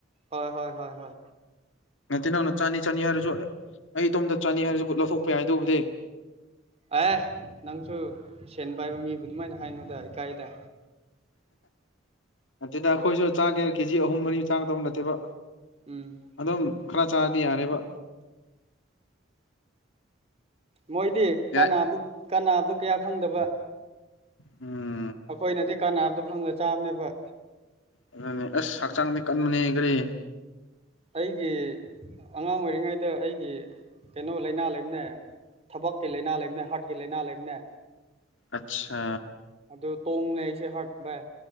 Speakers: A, on the right; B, on the left.
A: ꯍꯣꯏ ꯍꯣꯏ ꯍꯣꯏ ꯍꯣꯏ
B: ꯉꯇꯤ ꯅꯪꯅ ꯆꯅꯤ ꯆꯅꯤ ꯍꯥꯏꯔꯁꯨ ꯑꯩ ꯏꯇꯣꯝꯇ ꯆꯥꯅꯤ ꯍꯥꯏꯔꯁꯨ ꯂꯧꯊꯣꯛꯄ ꯌꯥꯏ ꯑꯗꯨꯕꯨꯗꯤ
A: ꯑꯦ ꯅꯪꯁꯨ ꯁꯦꯟ ꯄꯥꯏꯕ ꯃꯤꯕꯨ ꯑꯗꯨꯃꯥꯏꯅ ꯍꯥꯏꯅꯨꯗ ꯏꯀꯥꯏꯗ
B: ꯅꯠꯇꯦꯗ ꯑꯩꯈꯣꯏꯁꯨ ꯆꯥꯒꯦ ꯀꯦꯖꯤ ꯑꯍꯨꯝ ꯃꯔꯤ ꯆꯥꯒꯗꯕ ꯅꯠꯇꯦꯕ
A: ꯎꯝ
B: ꯑꯗꯨꯝ ꯈꯔ ꯆꯥꯔꯗꯤ ꯌꯥꯔꯦꯕ
A: ꯃꯣꯏꯗꯤ ꯀꯅꯥꯗꯨ
B: ꯌꯥꯏ
A: ꯀꯅꯥꯗꯨ ꯀꯌꯥ ꯈꯪꯗꯕ
B: ꯎꯝ
A: ꯑꯩꯈꯣꯏꯅꯗꯤ ꯀꯥꯟꯅꯕꯗꯣ ꯈꯪꯗ ꯆꯥꯝꯅꯦꯕ
B: ꯑꯗꯨꯅꯦ ꯑꯁ ꯍꯛꯆꯥꯡꯗꯤ ꯀꯟꯕꯅꯦ ꯀꯔꯤ
A: ꯑꯩꯒꯤ ꯑꯉꯥꯡ ꯑꯣꯏꯔꯤꯉꯩꯗ ꯑꯩꯒꯤ ꯀꯩꯅꯣ ꯂꯥꯏꯅꯥ ꯂꯩꯕꯅꯦ ꯊꯕꯛꯀꯤ ꯂꯥꯏꯅꯥ ꯂꯩꯕꯅ ꯍꯥꯔꯠꯀꯤ ꯂꯥꯏꯅꯥ ꯂꯩꯕꯅ
B: ꯑꯆꯥ
A: ꯑꯗꯨ ꯇꯣꯡꯅ ꯑꯩꯁꯦ ꯍꯥꯔꯠ ꯚꯥꯏ